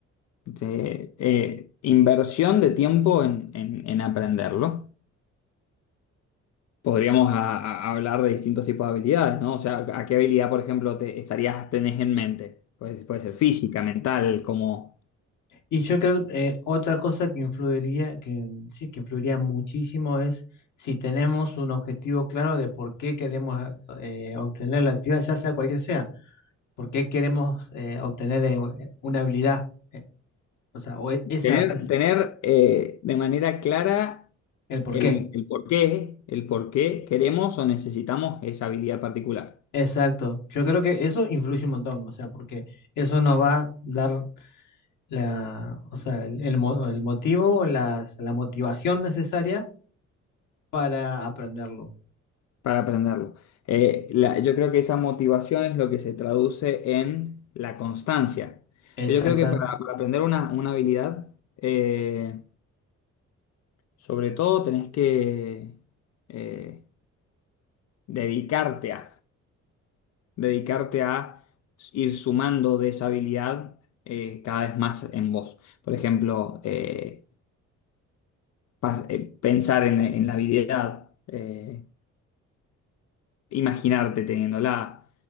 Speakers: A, on the left; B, on the left.
A: de, eh, inversión de tiempo en, en- en aprenderlo. Podríamos a- a- hablar de distintos tipos de habilidades, ¿no? O sea, ¿a qué habilidad, por ejemplo, te estarías, tenés en mente? Pues, puede ser física, mental, como
B: Y yo creo eh, otra cosa que influiría, que mm, sí, que influiría muchísimo es si tenemos un objetivo claro de por qué queremos eh, eh, obtener la actividad, ya sea cualquier sea, por qué queremos eh, obtener eh, una habilidad, eh, o sea, o e- esa
A: tener,
B: es
A: tener eh, de manera clara
B: el por
A: el,
B: qué.
A: el por qué, el por qué queremos o necesitamos esa habilidad particular.
B: Exacto. Yo creo que eso influye un montón, o sea, porque eso nos va a dar la, o sea, el, el mo- el motivo, las- la motivación necesaria para aprenderlo.
A: para aprenderlo. Eh, la- yo creo que esa motivación es lo que se traduce en la constancia.
B: Exactamente.
A: Yo creo que para, para aprender una, una habilidad, eh, sobre todo tenés que eh, dedicarte a, dedicarte a ir sumando de esa habilidad eh, cada vez más en vos. Por ejemplo, eh, pas- eh, pensar en, en la habilidad. eh, imaginarte teniéndola,